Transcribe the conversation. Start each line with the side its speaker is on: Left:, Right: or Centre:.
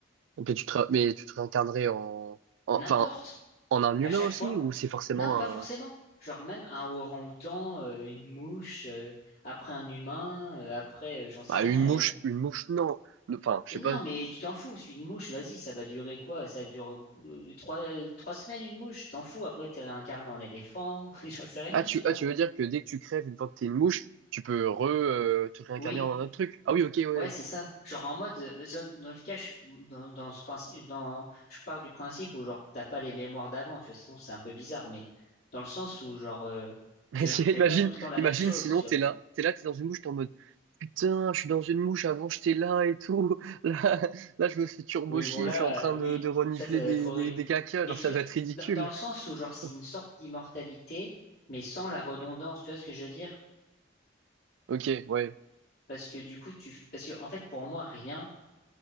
Right: Donc, tu te, ré- mais tu te réincarnerais en, en-
Left: N'importe.
Right: enfin, en un
Left: À
Right: humain
Left: chaque
Right: aussi,
Left: fois.
Right: ou c'est forcément
Left: Non, pas
Right: un,
Left: forcément. Genre, même un orang-outan, euh, une mouche, euh, après un humain, euh, après, euh, j'en sais
Right: bah,
Left: rien.
Right: une mouche, une mouche, non. Enfin, je
Left: Mais
Right: sais
Left: non,
Right: pas,
Left: mais tu t'en fous, parce qu'une mouche, vas-y, ça va durer quoi? Ça dure euh, trois, euh, trois semaines, une mouche, t'en fous, après t'es réincarné en éléphant, <laughs> j'en sais rien,
Right: Ah tu,
Left: tu vois.
Right: ah, tu veux dire que dès que tu crèves, une fois que t'es une mouche, tu peux re, euh, te réincarner
Left: Oui,
Right: en un autre truc. Ah oui, ok, ouais.
Left: ouais, c'est ça. Genre en mode, euh, dans, dans le cas, je, dans, dans ce principe, dans, je pars du principe où genre t'as pas les mémoires d'avant, tu vois, sinon c'est un peu bizarre, mais dans le sens où genre euh,
Right: <laughs>
Left: tu
Right: Si,
Left: refais
Right: Imagine,
Left: pas tout le temps la
Right: imagine,
Left: même chose,
Right: sinon
Left: tu
Right: t'es
Left: vois.
Right: là, t'es là, t'es dans une mouche, t'es en mode putain, je suis dans une mouche, avant j'étais là et tout. <laughs> Là, là, je me fais turbo
Left: Oui,
Right: chier,
Left: bon là,
Right: je suis en train
Left: euh,
Right: de,
Left: oui,
Right: de renifler
Left: ça, ça
Right: des,
Left: va être horrible.
Right: des, des cacas,
Left: Mais
Right: genre
Left: tu
Right: ça
Left: vois,
Right: doit être ridicule.
Left: dans, dans le sens où genre c'est
Right: <laughs>
Left: une sorte d'immortalité, mais sans la redondance, tu vois ce que je veux dire?
Right: Ok, ouais,
Left: Parce que du coup, tu, parce que, en fait, pour moi, rien,